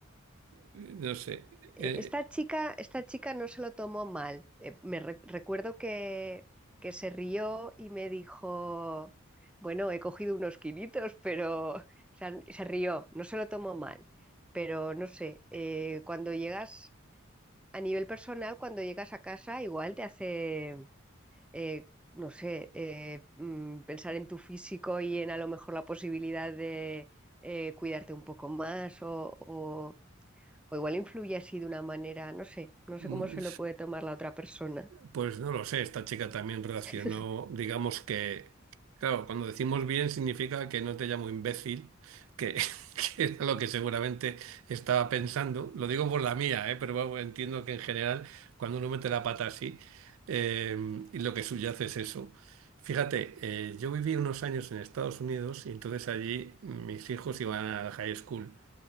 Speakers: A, on the right (about 70°); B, in the centre.
A: No sé,
B: e-
A: eh,
B: Esta chica, esta chica no se lo tomó mal. Eh, me re- recuerdo que, que se rió y me dijo, bueno, he cogido unos kilitos, pero o sea, se rió, no se lo tomó mal. Pero no sé, eh, cuando llegas a nivel personal, cuando llegas a casa, igual te hace, eh, no sé, eh, mm, pensar en tu físico y en a lo mejor la posibilidad de eh, cuidarte un poco más o, o- o igual influye así de una manera, no sé, no
A: mm,
B: sé cómo se lo puede tomar la otra persona.
A: pues no lo sé, esta chica también reaccionó,
B: <laughs>
A: digamos que, claro, cuando decimos bien significa que no te llamo imbécil, que, <laughs> que era lo que seguramente estaba pensando, lo digo por la mía, eh, pero bueno, entiendo que en general cuando uno mete la pata así, eh, y lo que subyace es eso. Fíjate, eh, yo viví unos años en Estados Unidos y entonces allí mis hijos iban a la high school.